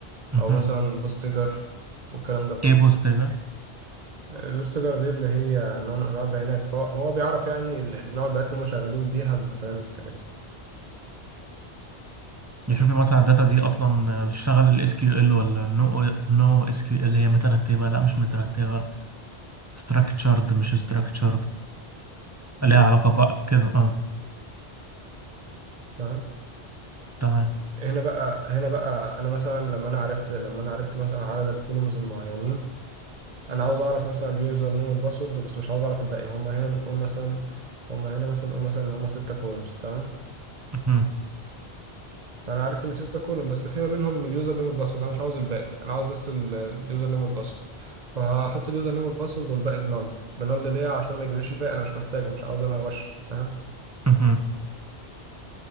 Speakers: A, on the right; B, on the right.
A: مهم.
B: او مثلا بوستجر والكلام ده كله
A: ايه بوستجر
B: البوستجر دي اللي هي نوع من انواع البيانات فهو هو بيعرف يعني ال- نوع البيانات اللي هم شغالين بيها من خلال الحاجات دي
A: يشوف
B: تمام
A: مثلا الداتا دي اصلا بتشتغل الاس كيو ال ولا نو نو اس كيو ال هي مترتبه لا مش مترتبه structured مش structured
B: بالظبط
A: ليها علاقه بقى كده اه
B: تمام
A: تمام
B: هنا بقى هنا بقى انا مثلا لما انا عرفت لما انا عرفت مثلا عدد الكولومز المعينين انا عاوز اعرف مثلا اليوزر نيم والباسورد بس مش عاوز اعرف الباقي هما هنا نقول مثلا هما هنا مثلا نقول مثلا ان هما ستة كولومز تمام
A: مهم.
B: فانا عرفت ان في ستة كولوم بس في ما بينهم اليوزر نيم والباسورد انا مش عاوز الباقي انا عاوز بس ال- اليوزر نيم والباسورد فهحط اليوزر نيم والباسورد والباقي بنل بنل ليه عشان ما يجيبليش الباقي انا مش محتاجه مش عاوز انا وش فاهم
A: مهم.